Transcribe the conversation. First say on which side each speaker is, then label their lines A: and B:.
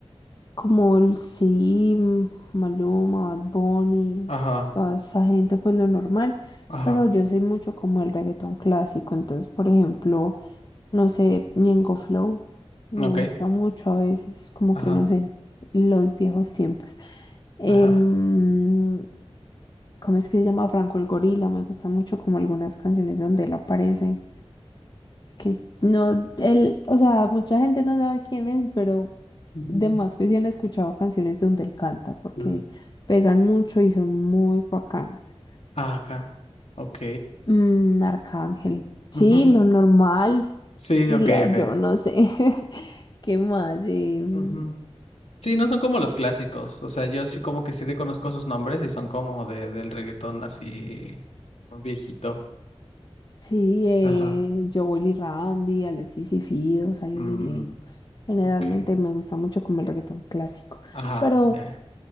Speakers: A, on the left; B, on the left.
A: como el Sim, Maluma, Bad Bunny,
B: Ajá,
A: toda esa gente, pues lo normal,
B: ajá.
A: pero yo soy mucho como el reggaetón clásico, entonces por ejemplo, no sé, Ñengo Flow, me
B: Ok.
A: gusta mucho a veces, como
B: Ajá,
A: que no sé, los viejos tiempos. Em,
B: ajá.
A: ¿cómo es que se llama? Franco el Gorila, me gusta mucho como algunas canciones donde él aparece que es- no, él, o sea, mucha gente no sabe quién es, pero
B: Ujú.
A: de más que sí han escuchado canciones donde él canta, porque
B: Mm.
A: pegan mucho y son muy bacanas.
B: Ah, acá. Ok.
A: Mm, Arcángel, sí,
B: Ujú.
A: lo normal,
B: Sí,
A: diría
B: ok, ok.
A: yo, no sé. <laughs> ¿Qué más? Eh, mm,
B: Ujú. Sí, no son como los clásicos. O sea, yo sí como que sí reconozco sus nombres y son como de, del reggaetón así viejito.
A: sí, eh,
B: Ajá.
A: Jowell y Randy, Alexis y Fido, Zion
B: Mm,
A: y Lennox. Generalmente
B: ok.
A: me gusta mucho como el reggaetón clásico,
B: Ajá,
A: pero
B: ya.